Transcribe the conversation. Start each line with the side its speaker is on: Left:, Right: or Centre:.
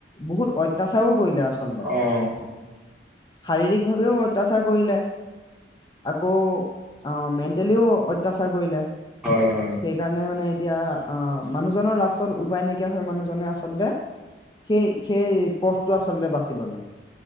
Left: বহুত অত্যাচাৰো কৰিলে আচল
Centre: অহ
Left: শাৰীৰিক ভাৱেও অত্যাচাৰ কৰিলে, আকৌ মেণ্টেলিও অত্যাচাৰ কৰিলে।
Centre: হয় হয়
Left: সেইকাৰণে মানে এতিয়া মানুহজনৰ লাষ্টত ওপা উপায় নাইকিয়া হৈ মানুহজনে আচলতে সেই-সেই পথটো আচলতে বাচি ললে